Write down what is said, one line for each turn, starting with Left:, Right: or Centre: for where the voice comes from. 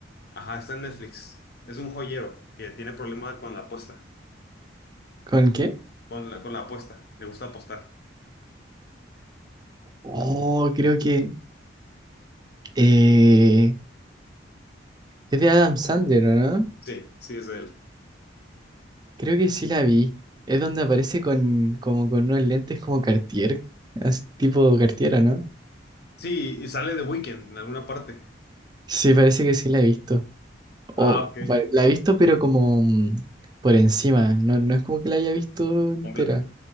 Left: Ajá, está en Netflix. Es un joyero que tiene problemas con la apuesta,
Right: ¿Con qué?
Left: con la, con la apuesta. Le gusta apostar.
Right: Oh, creo que eh, es de Adam Sandler, ¿o ¿no?
Left: Sí, sí, es de él.
Right: Creo que sí la vi. Es donde aparece con como con unos lentes como Cartier, as- tipo Cartier, ¿o ¿no?
Left: Sí, y sale de Weekend en alguna parte.
Right: Sí, parece que sí la he visto.
Left: Ah,
Right: O
Left: ok.
Right: va- la he visto pero como mm, por encima, no, no es como que la haya visto entera.
Left: Completa.